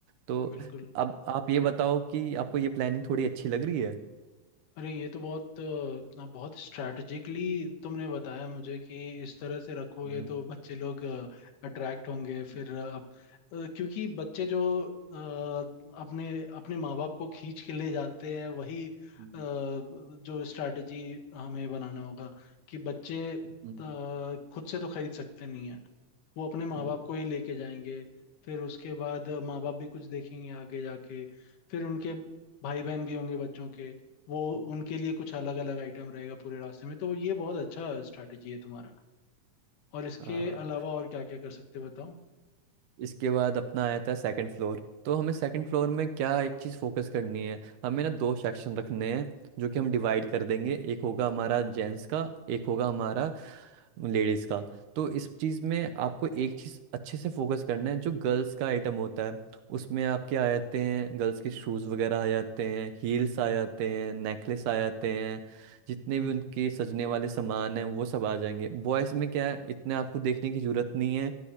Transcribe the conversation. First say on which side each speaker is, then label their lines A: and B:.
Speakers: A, on the right; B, on the left.
A: तो
B: बिल्कुल
A: अब आप ये बताओ कि आपको ये प्लानिंग थोड़ी अच्छी लग रही है
B: अरे ये तो बहुत अ, बहुत स्ट्रैटेजिकली तुमने बताया मुझे कि इस तरह से रखोगे
A: हम्म,
B: तो बच्चे लोग अट्रैक्ट होंगे फिर अ, अप- अ, क्योंकि बच्चे जो अ, अपने अपने माँ बाप को खींच के ले जाते हैं वही अ,
A: हम्म,
B: जो स्ट्रैटेजी हमें बनाना होगा कि बच्चे अ,
A: हम्म,
B: खुद से तो खरीद सकते नहीं है वो अपने माँ
A: हम्म,
B: बाप को ही लेके जाएंगे फिर उसके बाद माँ बाप भी कुछ देखेंगे आगे जाके फिर उनके भाई बहन भी होंगे बच्चों के वो
A: हम्म।
B: उनके लिए कुछ अलग अलग आइटम रहेगा पूरे रास्ते में तो ये बहुत अच्छा स्ट्रैटेजी है तुम्हारा और इसके
A: हाँ
B: अलावा और क्या क्या कर सकते हैं बताओ
A: इसके बाद अपना आया था सेकंड फ्लोर तो हमें सेकंड फ्लोर में क्या एक चीज़ फोकस करनी है हमें ना दो सेक्शन रखने हैं जो कि हम डिवाइड कर देंगे एक होगा हमारा जेंट्स का एक होगा हमारा लेडीज़ का तो इस चीज़ में आपको एक चीज़ अच्छे से फोकस करना है जो गर्ल्स का आइटम होता है उसमें आपके आ जाते हैं गर्ल्स के शूज़ वगैरह आ जाते हैं हील्स आ जाते हैं नेकलेस आ जाते हैं जितने
B: हम्म
A: भी उनके
B: हम्म
A: सजने वाले सामान हैं वो सब आ जाएंगे बॉयज़ में क्या है इतने आपको देखने की जरूरत नहीं है